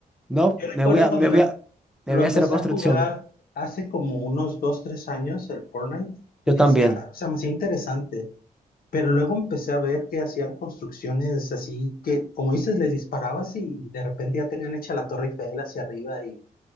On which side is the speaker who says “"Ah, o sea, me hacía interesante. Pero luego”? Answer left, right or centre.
Left